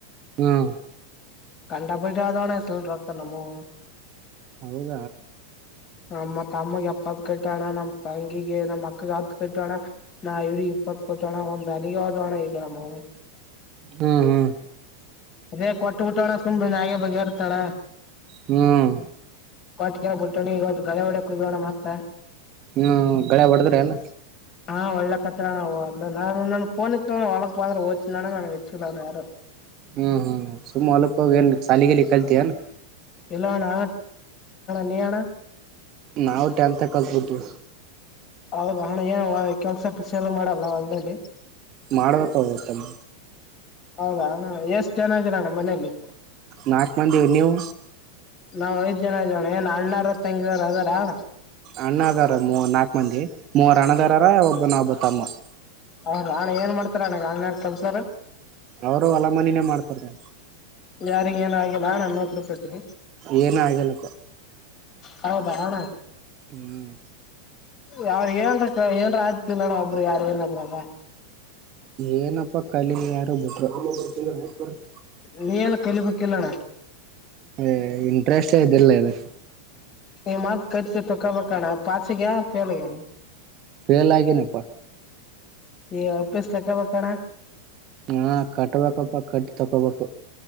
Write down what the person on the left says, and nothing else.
ಕಂಡ <unintelligible> ಡಾಕ್ಟರ್ ನಮ್ಮವು.
ನಮ್ಮ ತಮ್ಮಗೆ ಎಪ್ಪತ್ ಕಟ್ಟೋಣ ನಮ್ಮ್ ತಂಗಿಗೆ ನಮ್ಮ್ ಅಕ್ಕಗೆ ಹತ್ ಕಟ್ಟೋಣ ನಾ ಇವ್ರಿಗೆ ಇಪ್ಪತ್ ಕೊಟೋಣ ಒಂದ ಹಾಲಿಗೆ ಹೊಡುವಮ್ಮ ನಮ್ಮವು
ಏ ಕೊಟ್ಟ್ಬುಟ್ಟೋಡ ನ್ಯಾಯ ಬಗೆ ಇರ್ತಾಳ.
ಕಟ್ ಕೆ ಬಿಟ್ಟೋ ಈ ಗಡ ಒಡೆ ಕುಗೋಣ ಮತ್ತ
ಹಾ ಒಳ್ಳೆ ಹತ್ರವು ಅ್ರ ನಾನು ನನ್ಫೋನಿ ಒಳಕ್ ಬಂದ್ರ ದ್ಿಲ್ಲ ನನ್ಗ್ ಎಚ್ಚಿಲ್ಲ ಅವರು ಯಾರು
ಇಲ್ಲಣ ನೀ ಆಣ್ಣ
ಹೌದ ಹಣ ಏನು ಕೆಲ್ಸ ಪಿಸ ಎಲ್ಲ ಮಾಡಲ್ಲ ಹೊಲ್ಲ್ಲಿ
ಹೌದಾ ಅಣ್ಣ ಎಷ್ಟು ಚೆನನ್ನ ಇದೀರ ಅಣ್ಣ ಮನೆಯಲ್ಲಿ
ನಾವ್ ಐದ್ ಜನ ಇದ್ದೀವಣ ಏನ್ ಅಣ್ಣಾರು ತಂಗಿಯರದಾರ.
ಹೌ ಆಣ ಏನ್ ಮಾಡ್ತಾರ ನನಗ ಅನ್ಯಾರ ಕೆಲ್ಸಾರು.
ಯಾರಿಗ ಏನೂ ಆಗಿಲ್ಲ ನಾನು ಹೋಗ್ಬಿಟ್ ಬರ್ತೀನಿ.
ಹೌದಾ ಅಣ್ಣ.
ಯಾವ್ರ ಏನಂದ್ರ ಏನಾರ್ ಅಯ್ತುದಿಲ್ಲಣ ಒಬ್ರು ಯಾರೂ ಇಲ್ಲದ್ರಾಗ.
ನೀ ಎಲ್ಲ ಕಲಿಬೇಕು ಇಲ್ಲಣ್ಣ
ಈ ಮತ್ ಕರ್ಚ್ಚ ತಕೋಬೇಕಣ್ಣ ಪಾಸಿಗ್ಯಾವ್ ಫೇಲಾಗ್ಯಾವ್.
ಈ ಆಫೀಸ್ <unintelligible>